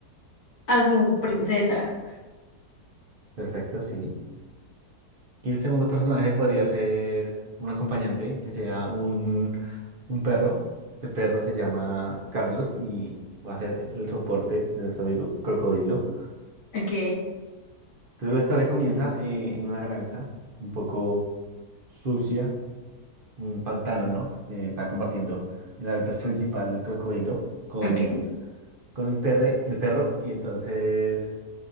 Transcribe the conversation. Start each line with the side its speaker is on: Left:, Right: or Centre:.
Left: a su princesa.
Right: Perfecto, sí. Y el segundo personaje podría ser un acompañante que sea un, un perro. Este perro se llama Carlos y va a ser el soporte de nuestro amigo Crocodilo.
Left: Ok,
Right: Entonces la historia comienza eh, en una granja un poco sucia, un pantano, ¿no? Eh, está compartiendo el hábitat principal del crocodilo con,
Left: ok,
Right: con el perre, el perro y entonces